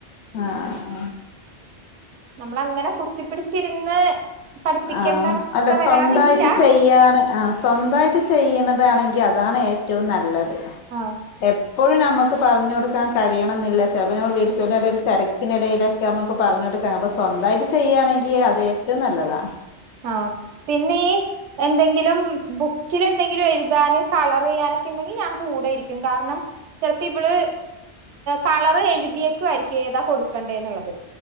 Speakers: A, on the left; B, on the right.
A: ആഹ് ആഹ്
B: നമ്മള് അങ്ങനെ കുത്തിപ്പിടിച്ചിരുന്ന് പഠിപ്പിക്കേണ്ട
A: ആഹ്
B: അവസ്ഥ
A: അല്ല
B: വരാറില്ല
A: സ്വന്തായിട്ട് ചെയ്യാണ് ആഹ് സ്വന്തായിട്ട് ചെയ്യ്ണതാണെങ്കി അതാണ് ഏറ്റവും നല്ലത്.
B: ആഹ്.
A: എപ്പോഴും നമുക്ക് പറഞ്ഞ് കൊടുക്കാൻ കഴിയണംന്നില്ല. ചെലപ്പം ഞമ്മൾ <unintelligible> ഇടയിൽ തെരക്കിനിടയില് ഒക്കെ നമുക്ക് പറഞ്ഞ് കൊടുക്കാൻ. അപ്പം സ്വന്തായിട്ട് ചെയ്യാണെങ്കി അത് ഏറ്റവും നല്ലതാ.
B: ആഹ് പിന്നേ എന്തെങ്കിലും ബുക്കിലെന്തെങ്കിലും എഴുതാന് കളറെയ്യാനൊക്കെ ഇണ്ടെങ്കി ഞാൻ കൂടെ ഇരിക്കും. കാരണം ചെലപ്പോ ഇവള് കളർ എഴുതിയേക്കുവായിരിക്കും. ഏതാ കൊടുക്കണ്ടേന്നുള്ളത്